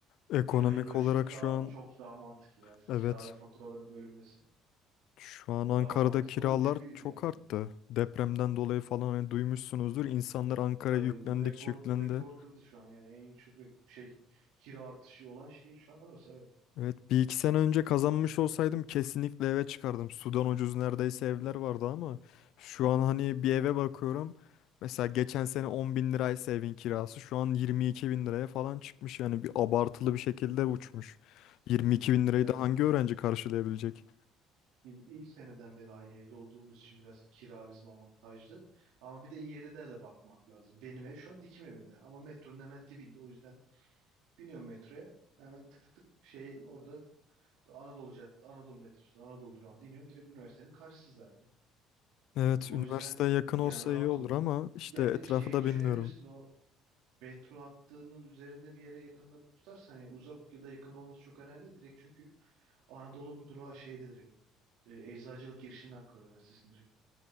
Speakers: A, on the left (about 55°); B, on the right (about 85°).
A: Ekonomik
B: kirayı bölüşmek
A: olarak
B: daha
A: şu an
B: çok daha mantıklı yani
A: evet.
B: kira ve faturaların bölünmesi
A: Şu an Ankara'da
B: daha mantıklı
A: kiralar
B: olur. Çünkü
A: çok
B: yani
A: arttı. Depremden dolayı falan hani duymuşsunuzdur. İnsanlar Ankara'ya
B: Tabii
A: yüklendikçe
B: rekor
A: yüklendi.
B: rekor kırdı şu an yani en yüksek re- şey kira artışı olan şehir şu an orası evet.
A: Evet bir iki sene önce kazanmış olsaydım kesinlikle eve çıkardım. Sudan ucuz neredeyse evler vardı ama şu an hani bir eve bakıyorum. Mesela geçen sene 10 bin liraysa evin kirası şu an 22 bin liraya falan çıkmış. Yani bir abartılı bir şekilde
B: Hı.
A: uçmuş. 22 bin lirayı
B: Ya
A: da hangi öğrenci karşılayabilecek?
B: biz ilk seneden beri aynı evde olduğumuz için biraz kira bizim avantajlı. Ama bir de yere de de bakmak lazım. Benim ev şu an dikim evinde ama metronun hemen dibinde o yüzden biniyorum metroya. Hemen tık tık tık şeyin orada Anadolu Caddesi, Anadolu metrosu, Anadolu durağında iniyorum. Direkt üniversitenin karşısı zaten.
A: Evet
B: O
A: üniversiteye
B: yüzden
A: yakın
B: Nur
A: olsa
B: yani rahat
A: iyi olur
B: ol.
A: ama işte
B: Yani
A: etrafı
B: şeyi
A: da
B: düşünebilirsin
A: bilmiyorum.
B: o metro hattının üzerinde bir yere yakında tutarsan yani uzak ya da yakın olması çok önemli değil. direkt çünkü Anadolu durağı şeyde direkt e, Eczacılık girişinden Ankara Üniversitesi'nin direkt.